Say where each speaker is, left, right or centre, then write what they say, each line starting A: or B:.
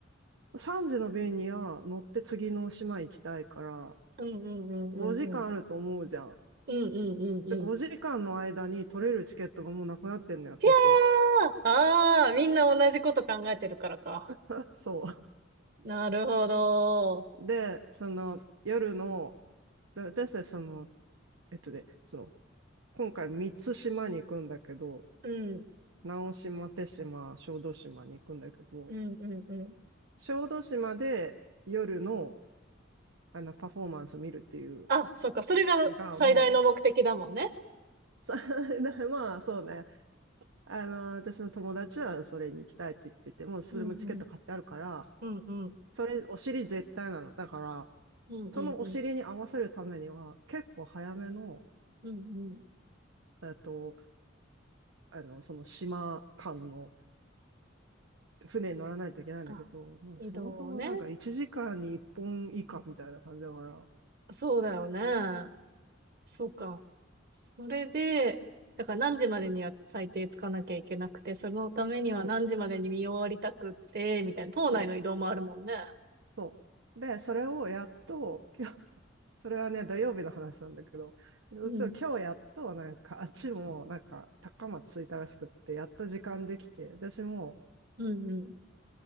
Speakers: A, on the right; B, on the right.
A: 3時の便には乗って次の島行きたいから、
B: うんうんうんうんうん。
A: 5時間あると思うじゃん。
B: うんうんうんうん。
A: で、5時間の間に取れるチケットがもうなくなってんのよ、手島。
B: いやー、ああー、みんな同じこと考えてるからか。
A: そ
B: なるほど。
A: う。で、その、夜の、私たちその、えっとね、その、今回三つ島に行くんだけど、
B: うん、
A: 直島、手島、小豆島に行くんだけど、
B: うんうんうん。
A: 小豆島で夜の、あの、パフォーマンスを見るっていう
B: あ、そっか、それが最大の目的だもんね。
A: のが、もう、<laughs> さまあ、そうね。あの、私の友達はそれに行きたいって言ってて、もうそれもチケット買ってあるから、
B: うんうん。うんうん。
A: それ、お尻絶対なの。だから、
B: うんうんうん。
A: そのお尻に合わせるためには、結構早めの、
B: うんうん。
A: えっと、あの、その島間の船に乗らないといけないんだけど、
B: あ、
A: まあそもそもなんか1時間に1本以下みたいな感じだから、
B: 移動ね。そうだよね。そうか。それで、だから何時までには最低つかなきゃいけなくて、そのためには何時までに見終わりたくって、
A: そ
B: みたいな、島内の移動もあるもんね。
A: う、そう、そう。で、それをやっと、今日、それはね、土曜日の話なんだけど、実は今日やっと、
B: うん、
A: なんか、あっちも、なんか、高松着いたらしくって、やっと時間できて、私も、
B: うん、うん。